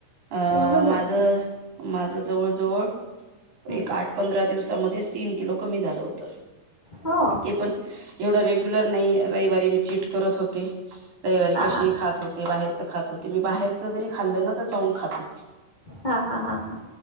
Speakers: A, on the right (about 55°); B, on the left (about 50°).
A: आ
B: एवढं जास्त
A: माझ.
B: हं,
A: माझ जवळ-जवळ
B: हं.
A: एक आठ-पंधरा दिवसामध्येच. तीन किलो कमी झालं होत.
B: हो
A: ते पण एवढ रेगुलर नाही रविवारी मी ची करत होते. रविवारी
B: हा
A: कशी
B: हा
A: खात होते बाहेर. खात होते मी बाहेर. च जरी खाल्ल ना तरी चावून खात होते.
B: हा हा हा हा